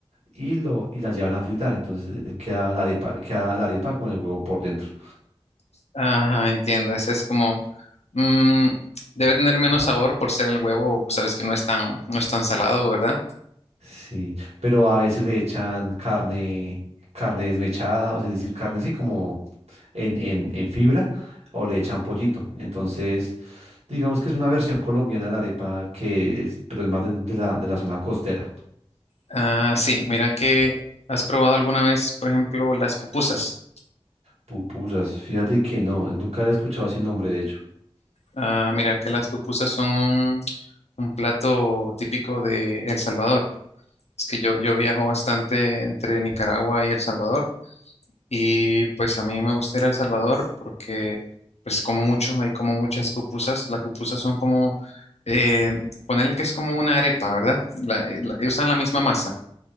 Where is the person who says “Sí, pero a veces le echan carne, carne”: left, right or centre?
Right